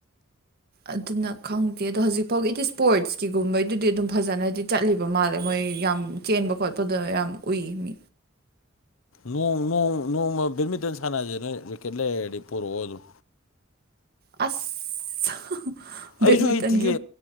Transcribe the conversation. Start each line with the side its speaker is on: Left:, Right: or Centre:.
Right: ꯑꯗꯨꯅ ꯈꯪꯗꯦ ꯑꯗꯣ ꯍꯧꯖꯤꯛꯐꯥꯎꯒꯤꯗꯤ ꯏꯁ꯭ꯄꯣꯔꯠꯁꯀꯤꯒꯨꯝꯕꯩꯗꯨꯗꯤ ꯑꯗꯨꯝ ꯐꯖꯅꯗꯤ ꯆꯠꯂꯤꯕ ꯃꯥꯜꯂꯦ ꯃꯣꯏ ꯌꯥꯝ ꯆꯦꯟꯕ ꯈꯣꯠꯄꯗꯣ ꯌꯥꯝ ꯎꯏ ꯃꯤ
Left: ꯅꯣꯡ ꯅꯣꯡꯃ ꯕꯦꯠꯃꯤꯟꯇꯟ ꯁꯥꯟꯅꯖꯦ ꯅꯣꯏ ꯋꯤꯀꯦꯠ ꯂꯩꯔꯗꯤ ꯄꯨꯔꯛꯑꯣ ꯑꯗꯨꯝ
Right: ꯑꯁ ꯕꯦꯠꯃꯤꯟꯇꯟꯒꯤ
Left: ꯑꯩꯖꯨ ꯍꯩꯇꯤꯌꯦ